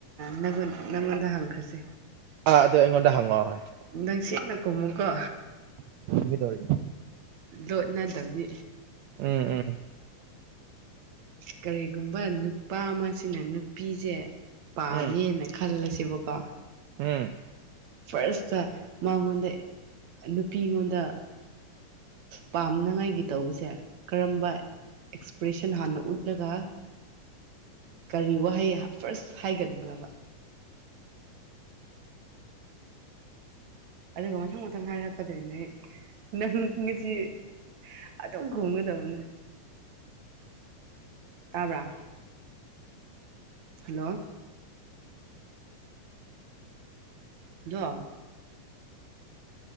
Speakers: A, on the right; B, on the right.
A: ꯪ ꯅꯪꯉꯣꯟꯗ ꯍꯪꯈ꯭ꯔꯁꯦ
B: ꯑ ꯑꯗꯨ ꯑꯩꯉꯣꯟꯗ ꯍꯪꯉꯣꯑꯣ ꯍꯣꯏ
A: ꯅꯪ ꯁꯦꯡꯅ ꯈꯣꯃꯨꯀꯣ
B: ꯒꯤ ꯇꯧꯔ
A: ꯂꯣꯠꯅꯗꯕꯤ
B: ꯎꯝ ꯎꯝ
A: ꯀꯔꯤꯒꯨꯝꯕ ꯅꯨꯄꯥ ꯑꯃꯁꯤꯅ ꯅꯨꯄꯤꯁꯦ ꯄꯥꯝꯃꯦꯅ
B: ꯎꯝ
A: ꯈꯜꯂꯁꯦꯕꯀꯣ
B: ꯎꯝ
A: ꯐꯥꯔꯁꯇ ꯃꯥꯉꯣꯟꯗ ꯅꯨꯄꯤ ꯑꯩꯉꯣꯟꯗ ꯄꯥꯝꯅꯉꯥꯏꯒꯤ ꯇꯧꯕꯁꯦ ꯀꯔꯝꯕ ꯑꯦꯁꯄ꯭ꯔꯦꯁꯟ ꯍꯥꯟꯅ ꯎꯠꯂꯒ ꯀꯔꯤ ꯋꯥꯍꯩ ꯐꯥꯔꯁ ꯍꯥꯏꯒꯟꯕ꯭ꯔꯕ ꯑꯗꯨꯒ ꯃꯊꯪ ꯃꯊꯪ ꯍꯥꯏꯔꯛꯀꯗꯣꯏꯅꯦ ꯅꯪ ꯉꯁꯤ ꯑꯗꯨ ꯑꯗꯨꯣ ꯈꯉꯨꯗꯧꯅ ꯇꯥꯕ꯭ꯔꯥ ꯍꯜꯂꯣ ꯍꯜꯂꯣ